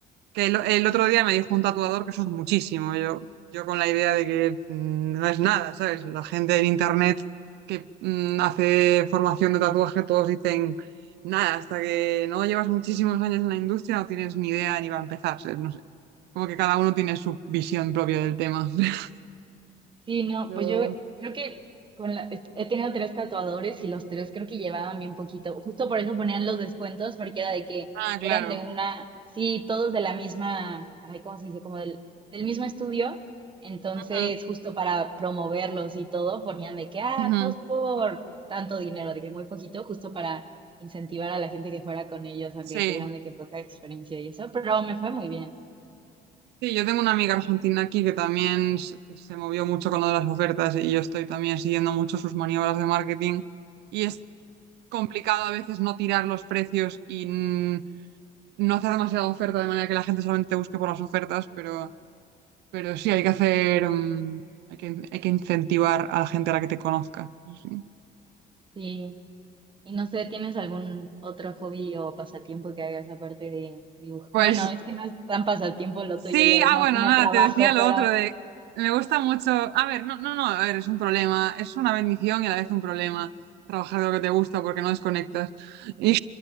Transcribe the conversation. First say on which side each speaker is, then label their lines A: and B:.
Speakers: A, on the right; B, on the right.
A: Que el, el otro día me dijo un tatuador que eso es muchísimo. Yo, yo con la idea de que mm, no es nada, ¿sabes? La gente en internet que mm, hace formación de tatuaje, todos dicen nada, hasta que no llevas muchísimos años en la industria no tienes ni idea ni va a empezar, ¿sabes? No sé. Como que cada uno tiene su visión propia del tema. <laughs>
B: Sí, no,
A: Pero-
B: pues yo creo que con la- he tenido tres tatuadores y los tres creo que llevaban bien poquito. Justo por eso ponían los descuentos, porque era de que
A: Ah, claro.
B: eran de una, sí, todos de la misma, ay, ¿cómo se dice? Como del, del mismo estudio. Entonces,
A: Ujú,
B: justo para promoverlos y todo, ponían de que, ah,
A: ujú.
B: dos por tanto dinero, de que muy poquito, justo para incentivar a la gente que fuera con ellos, aunque
A: Sí.
B: tuvieran de que poca experiencia y eso, pero me fue muy bien.
A: Sí, yo tengo una amiga argentina aquí que también s- se movió mucho con lo de las ofertas y yo estoy también siguiendo mucho sus maniobras de marketing y es complicado a veces no tirar los precios y mm, no hacer demasiada oferta de manera que la gente solamente te busque por las ofertas, pero, pero sí hay que hacer, mm, hay que, hay que incentivar a la gente a la que te conozca. eso sí.
B: Sí. Y no sé, ¿tienes algún otro hobby o pasatiempo que hagas aparte de dibujar?
A: Pues
B: Bueno, es que no es tan pasatiempo lo
A: Sí,
B: tuyo, ya es
A: ah,
B: más
A: bueno,
B: como
A: nada,
B: trabajo,
A: te decía lo
B: pero
A: otro de, me gusta mucho, a ver, no, no, no, a ver, es un problema, es una bendición y a la vez un problema trabajar de lo que te gusta porque no desconectas. Y